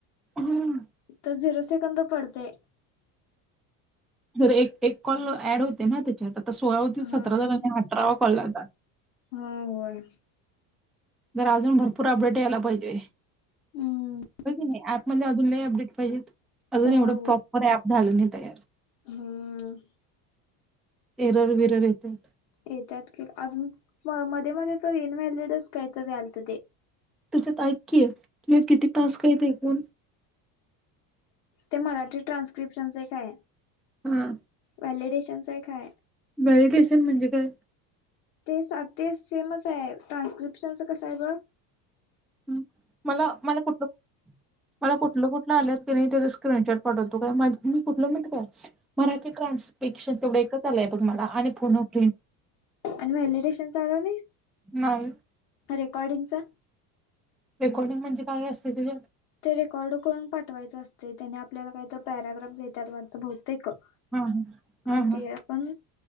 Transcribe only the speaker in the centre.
हा
जर एक एक कॉल ऍड होते ना त्याच्यात आता सोळा होती
सतरा हार आणि अठरावा कॉल लातात
तरर अजून भरपूर अपडेट यायला पाहिजे
होय नाही ऍप म्हणजे अजून नाही अपडेट पाहिजेत अजून एवढं
प्रॉपर ऍप झालं नाही तयार
एरार बिरार येतात
तुझ्यात ऐक तुही किती तास काहीतेण
हम
मेडिटेशन म्हणजे काय
ह् मला मला कुठलं मला कुठलं कुठ आल्यात की नाही त्यां स्क्रीनशेअट पाठवतो काय मा मी कुलं म्हणत काय मराठी ट्रान्सपेक्शन तेवढे एक चलय बघ मला आणि पुन फिन
नाही
रेकॉर्डिंग म्हणजे काय असते तिझ
हा हा हा हा.